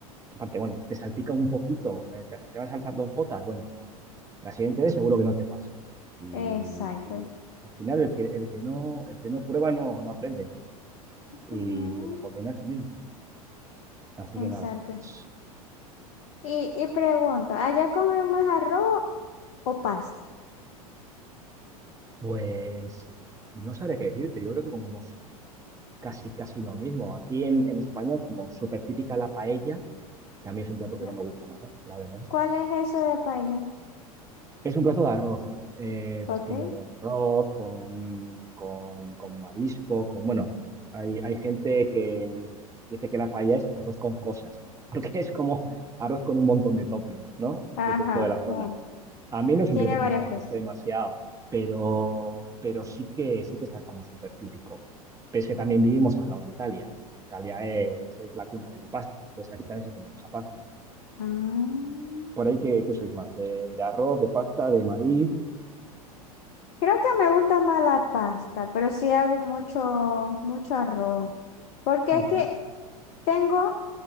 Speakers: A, on the right; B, on the left.
A: Aparte, bueno, te salpica un poquito, eh, te, te va a saltar dos gotas, bueno, pues la siguiente vez seguro que no te pasa. Y,
B: Exacto.
A: y al final el que, el que no, el que no prueba no, no aprende. Y
B: Ujú,
A: la cocina es lo mismo. Así
B: Exacto.
A: que nada, pues,
B: Y, y pregunto, ¿allá comen más arroz o pasta?
A: pues no sabré qué decirte. Yo creo que como casi, casi lo mismo. Aquí en, en España es como súper típica la paella, que a mí es un plato que
B: Mm,
A: no me gusta nada, la verdad.
B: ¿Cuál es eso de paella?
A: Es un plato de arroz. eh,
B: Ok.
A: pues tiene arroz con, con, con marisco, con, bueno, hay, hay gente que dice que la paella es arroz con cosas, <laughs> porque es como arroz con un montón de toppings, ¿no?
B: Ajá.
A: Dependiendo de la zona.
B: oh,
A: A mí no es
B: Tiene
A: un plato que
B: varias
A: me
B: cosas.
A: guste demasiado, pero, pero sí que, sí que es algo súper típico. Pese que también vivimos al lado de Italia. Italia es, es la cuna de la pasta, entonces aquí también se tiene mucha pasta. O
B: Mm,
A: por ahí que, que sois más, de, de arroz, de pasta, de maíz.
B: Creo que me gusta más la pasta, pero sí hago mucho, mucho arroz. Porque
A: Ujú,
B: es que tengo